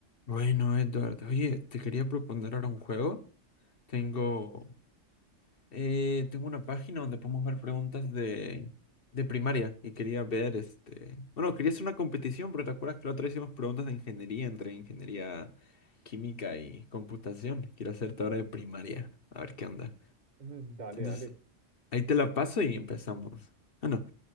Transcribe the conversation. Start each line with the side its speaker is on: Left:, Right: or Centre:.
Left: Bueno, Edward, oye, te quería proponer ahora un juego. Tengo, eh, tengo una página donde podemos ver preguntas de, de primaria y quería ver, este, bueno, quería hacer una competición, pero ¿te acuerdas que la otra vez hicimos preguntas de ingeniería entre ingeniería química y computación? Quiero hacerte ahora de primaria, a ver qué onda.
Right: Mm, Dale,
Left: Entonces,
Right: dale.
Left: ahí te la paso y empezamos. Ah, no,